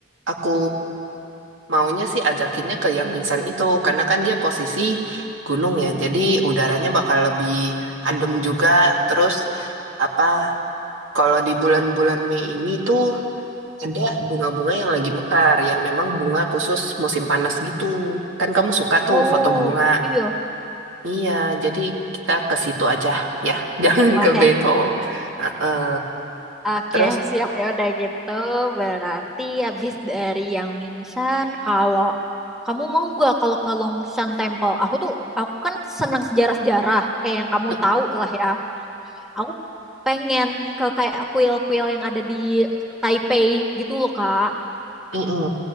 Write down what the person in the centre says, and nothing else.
oh.
Iya.
Oke,
oke,
oke,
siap ya udah gitu. Berarti habis dari yang Mingsan, kalau kamu mau nggak kalau ke Longshan Temple? Aku tuh, aku kan senang sejarah-sejarah, kayak yang kamu
tahu lah ya. Aku pengen ke kayak kuil-kuil yang ada di Taipei gitu loh, Kak.